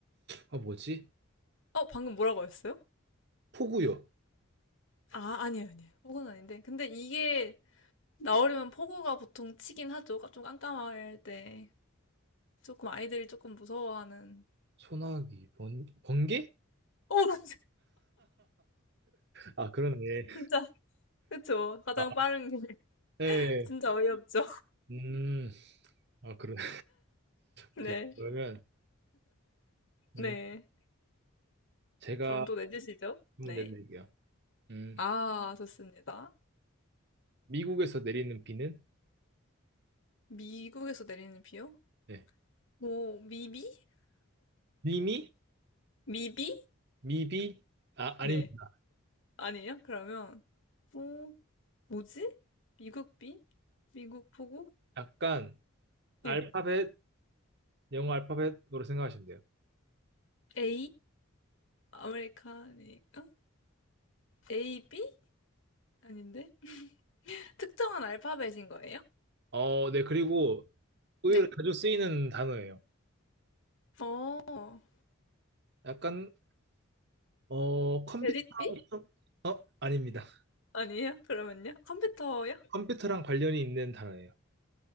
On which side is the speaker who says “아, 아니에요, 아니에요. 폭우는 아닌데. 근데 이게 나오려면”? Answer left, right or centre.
Left